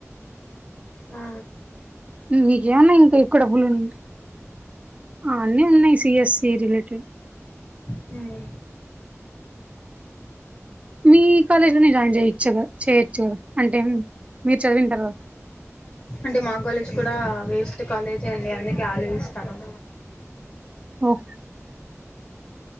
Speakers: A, on the left (about 35°); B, on the right (about 25°).
A: ఆ
B: మీకేమన్నా ఇంకా ఎక్కువ డబ్బులు ఉం ఆ అన్నీ ఉన్నాయి సిఎస్సి రిలేటెడ్
A: హ్మ్
B: మీ కాలేజ్ లోనే జాయిన్ చేయచ్చు గ చేయచ్చు కదా అంటే మీరు చదివింటరు
A: అంటే మా కాలేజ్ కూడా వేస్ట్ కాలేజే అండి అందుకే ఆలోచిస్తానం
B: ఓ